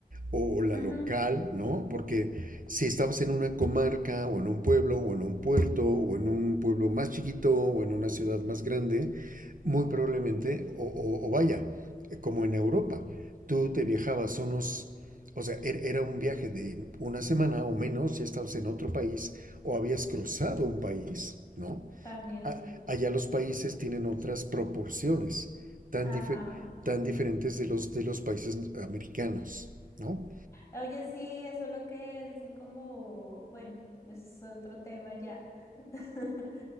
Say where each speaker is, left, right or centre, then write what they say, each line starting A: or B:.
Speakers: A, on the right (about 60°); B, on the left (about 20°).
A: o
B: <laughs>
A: la
B: Ujú,
A: local, ¿no? Porque si estabas en una comarca o en un pueblo o en un puerto o en un pueblo más chiquito o en una ciudad más grande, muy probablemente, o, o- o vaya, como en Europa, tú te viajabas unos, o sea, er- era un viaje de una semana o menos, ya estabas en otro país o habías cruzado un país, ¿no?
B: También
A: a-
B: sí.
A: allá los países tienen otras proporciones tan,
B: Ajá.
A: dife- tan diferentes de los, de los países americanos, ¿no?
B: Oye, sí, eso es lo que dicen como, bueno, es otro tema ya. <laughs>